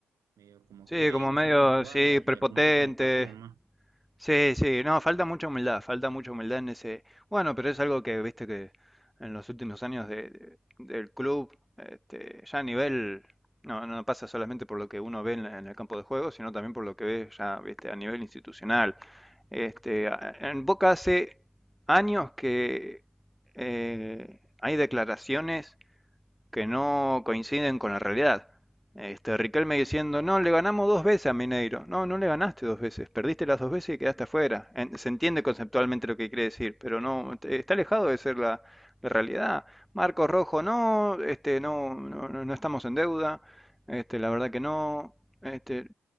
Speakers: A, on the right; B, in the centre.
A: medio como
B: Sí,
A: que, bueno,
B: como medio,
A: salimos a jugar
B: sí,
A: y a,
B: prepotente.
A: y a cumplir con el partido, ¿no?
B: Sí, sí, no, falta mucha humildad, falta mucha humildad en ese... Bueno, pero es algo que, viste, que en los últimos años de- de- del club, este, ya a nivel, no, no pasa solamente por lo que uno ve en, la- en el campo de juego, sino también por lo que ve ya, viste, a nivel institucional. Este, a- en Boca hace años que eh, hay declaraciones que no coinciden con la realidad. Este, Riquelme diciendo, no, le ganamos dos veces a Mineiro. No, no le ganaste dos veces, perdiste las dos veces y quedaste afuera. En- se entiende conceptualmente lo que quiere decir, pero no, está alejado de ser la, la realidad. Marcos Rojo, no, este, no, no, no- no estamos en deuda, este, la verdad que no, este,